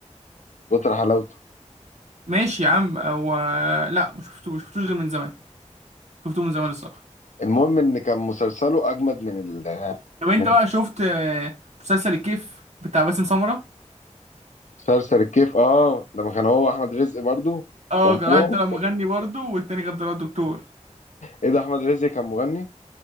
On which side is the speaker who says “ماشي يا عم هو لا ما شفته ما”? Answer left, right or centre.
Right